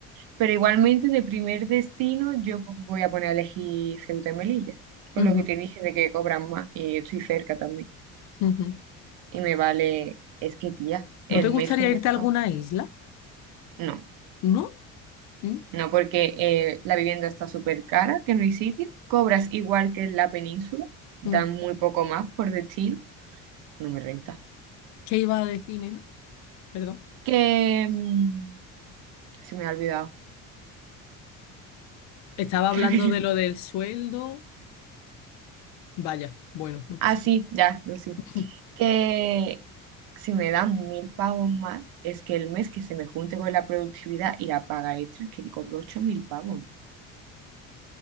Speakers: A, on the right (about 80°); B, on the left (about 55°).
A: Pero igualmente de primer destino yo voy a poner a elegir Ceuta y Melilla, por
B: ujú,
A: lo que te dije de que cobran más y yo estoy cerca también.
B: ujú.
A: Y me vale, es que tía,
B: ¿No
A: el
B: te gustaría
A: mes que me
B: irte a alguna
A: pagan.
B: isla?
A: No,
B: ¿No? ¿Mm?
A: no porque eh, la vivienda está súper cara, que no hay sitio, cobras igual que en la península, dan
B: ¿Mm?
A: muy poco más por destino, no me renta.
B: ¿Qué iba a decir, nena? Perdón.
A: Que mm, se me ha olvidado,
B: Estaba
A: <laughs> creo
B: hablando
A: que...
B: de
A: no.
B: lo del sueldo. Vaya, bueno, no pasa
A: Ah, sí, ya, no sé.
B: nada. <laughs>
A: que si me dan mil pavos más, es que el mes que se me junte con la productividad y la paga extra, es que cobro ocho mil pavos.